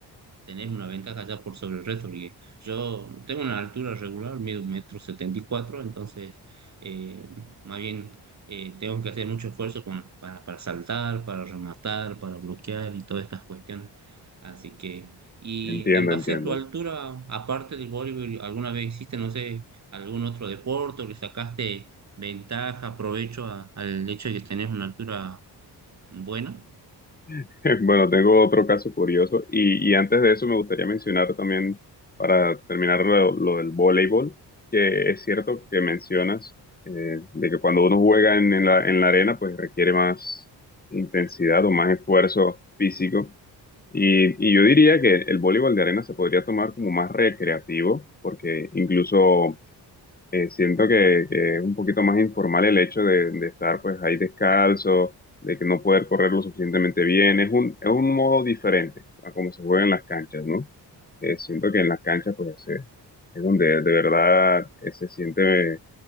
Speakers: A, on the right; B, on the left.
A: tenés una ventaja ya por sobre el resto, porque yo tengo una altura regular, mido un metro setenta y cuatro, entonces eh, más bien eh, tengo que hacer mucho esfuerzo con- para, para saltar, para rematar, para bloquear y todas estas cuestiones. Así que, y
B: entiendo,
A: en base
B: entiendo.
A: a tu altura, aparte del voleibol, ¿alguna vez hiciste, no sé, algún otro deporte o le sacaste ventaja, provecho a- al hecho de que tenés una altura buena?
B: <laughs> Bueno, tengo otro caso curioso y, y antes de eso me gustaría mencionar también, para terminar lo, lo del voleibol, que es cierto que mencionas eh, de que cuando uno juega en, en la, en la arena, pues requiere más intensidad o más esfuerzo físico. Y, y yo diría que el voleibol de arena se podría tomar como más recreativo, porque incluso eh, siento que, que es un poquito más informal el hecho de, de estar pues ahí descalzo, de que no poder correr lo suficientemente bien. Es un, es un modo diferente a cómo se juega en las canchas, ¿no? Eh, siento que en las canchas pues eh, es donde de verdad eh, se siente,